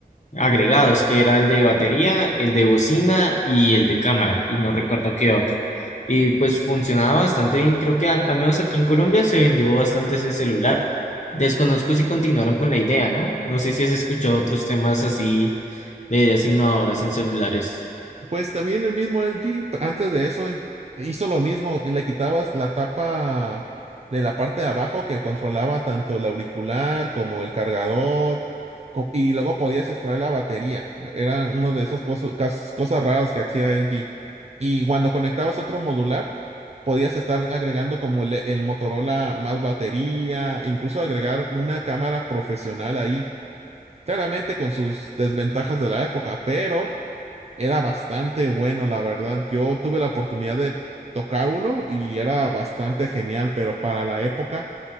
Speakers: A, on the left (about 45°); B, on the right (about 40°).
A: agregados, que era el de batería, el de bocina y el de cámara, y no recuerdo qué otro. Y pues funcionaba bastante bien, creo que al, al menos aquí en Colombia se vendió bastante ese celular. Desconozco si continuaron con la idea, ¿no? No sé si has escuchado otros temas así de ideas innovadoras en celulares.
B: Pues también el mismo LG, antes de eso, en- hizo lo mismo, le quitabas la tapa de la parte de abajo que controlaba tanto el auricular como el cargador, co- y luego podías extraer la batería. Era uno de esas cosas, cas- cosas raras que hacía LG. Y cuando conectabas otro modular, podías estar agregando como el, el Motorola más batería, incluso agregar una cámara profesional ahí. Claramente con sus desventajas de la época, pero era bastante bueno, la verdad. Yo tuve la oportunidad de tocar uno y era bastante genial, pero para la época,